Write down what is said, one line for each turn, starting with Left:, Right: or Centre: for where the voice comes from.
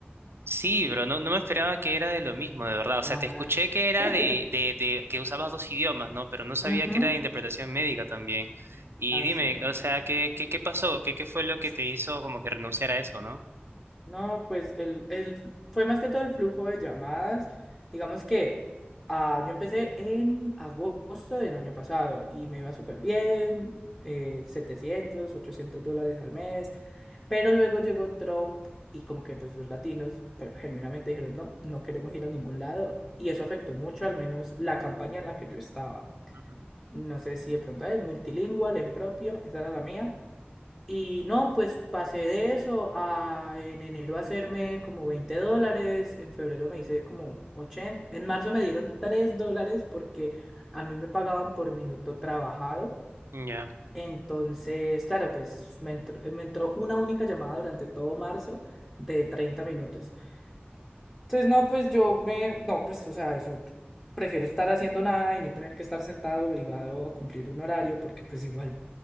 Right: Sí, bro, no, no me esperaba que era de lo mismo, de verdad.
Left: Ah,
Right: O sea, te escuché
Left: <laughs>
Right: que era de,
Left: jeje.
Right: de, de que usabas dos idiomas, ¿no? Pero no sabía
Left: Ujú.
Right: que era de interpretación médica también. Y
Left: Ah,
Right: dime,
Left: sí, no.
Right: o sea, ¿qué, qué, qué pasó? ¿Qué, qué fue lo
Left: Es-
Right: que te hizo como que renunciar a eso, ¿no?
Left: No, pues el, el, fue más que todo el flujo de llamadas. Digamos que ah, yo empecé en agosto del año pasado y me iba súper bien, eh, 700, 800 dólares al mes. Pero luego llegó Trump y como que pues los latinos pero genuinamente dijeron, no, no queremos ir a ningún lado. Y eso afectó mucho, al menos la campaña en la que yo estaba.
Right: Ujú.
Left: No sé si de pronto es multilingual, en propio, esa era la mía. Y no, pues pasé de eso a en enero hacerme como 20 dólares, en febrero me hice como ochenta en marzo me dieron 3 dólares porque a mí me pagaban por minuto trabajado
Right: Ya.
Left: entonces, claro, pues me entró, eh, me entró una única llamada durante todo marzo de 30 minutos. Entonces, no, pues yo me, no, pues, o sea, eso, prefiero estar haciendo nada y no tener que estar sentado obligado a cumplir un horario porque pues igual,